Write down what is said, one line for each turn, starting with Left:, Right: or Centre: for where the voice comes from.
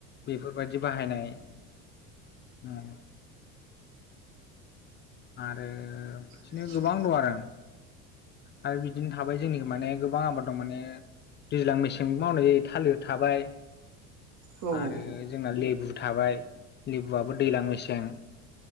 Left: बेफोरबायादि बाहायनाय उम आरो बिदिनो
Right: आतसा
Left: गोबां दंआरो आरो बि बिदिनो थाबाय जोंनिखि माने गोबां आबाद दं माने दैज्लां मेसें जों मावनाय थालिर थाबाय
Right: औ
Left: आरो
Right: औ।
Left: जोंना लेबु थाबाय लेबुआबो दैज्लां मेसें